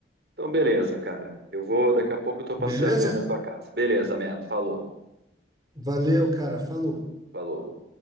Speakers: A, on the right; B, on the right.
A: Então, beleza, cara. Eu vou, daqui a pouco eu tô passando
B: Beleza?
A: aí na tua casa. Beleza, man. Falou,
B: Valeu, cara. Falou.
A: falou.